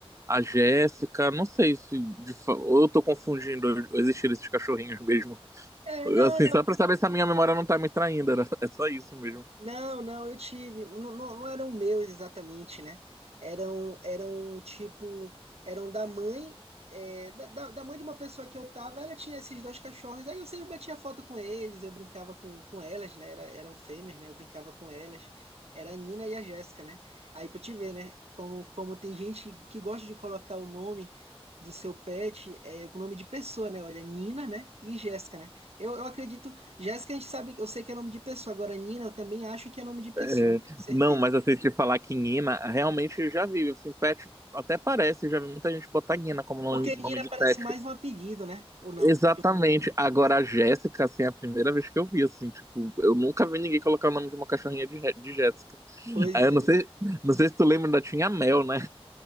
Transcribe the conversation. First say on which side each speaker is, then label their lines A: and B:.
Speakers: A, on the right (about 30°); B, on the right (about 80°).
A: A Jéssica, não sei se de fa- ou eu tô confundindo ou esses cachorrinhos mesmo.
B: É, não,
A: Assim,
B: não.
A: só pra saber se a minha memória não tá me traindo, era, é só isso mesmo.
B: Não, não, eu tive. Não, não, não eram meus exatamente, né? Eram, eram tipo, eram da mãe, é, da, da da mãe de uma pessoa que eu tava, ela tinha esses dois cachorros, aí eu sempre batia foto com eles, eu brincava com, com elas, né? Era, eram fêmeas, né? Eu brincava com elas. Era a Nina e a Jéssica, né? Aí pra te ver, né? Como, como tem gente que gosta de colocar o nome do seu pet é, com o nome de pessoa, né? Olha, Nina, né? E Jéssica, né? Eu, eu acredito Jéssica, a gente sabe, eu sei que é nome de pessoa. Agora, Nina, eu também acho que é nome de pessoa,
A: É,
B: não tenho certeza.
A: não, mas assim, te falar que Nina, realmente já vi, assim, pet até parece, já vi muita gente botar Nina como nome,
B: Porque Nina
A: nome de
B: parece
A: pet.
B: mais um apelido, né? Ou não?
A: Exatamente. Agora a Jéssica, assim, é a primeira vez que eu vi, assim, tipo, eu nunca vi ninguém colocar o nome de uma cachorrinha de, Ré- de Jéssica.
B: Pois
A: Aí eu não sei, não sei se tu lembra, ainda tinha a Mel, né?